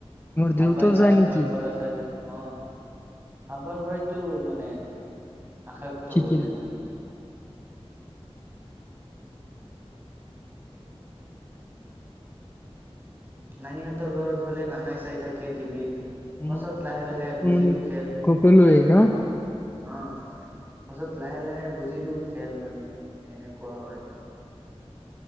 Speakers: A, on the left; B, on the right.
A: তোমাৰ দেউতাও
B: আব্বাই চাই
A: যায় নেকি
B: আব্বাৰ পৰা চাই যে অ আব্বাৰ পৰাইতো মানে আশেপটো
A: শিকিলা
B: হ'লোও মই নানীহঁতৰ ঘৰত গ'লে নানাই চাই থাকে টিভিত পাছত
A: উ
B: লাহে লাহে বুজিলো
A: মান
B: খেল
A: সকলোৱেই ন
B: অ পাছত লাহে-লাহে বুজিলো খেল মানে কেনেকুৱা হয়।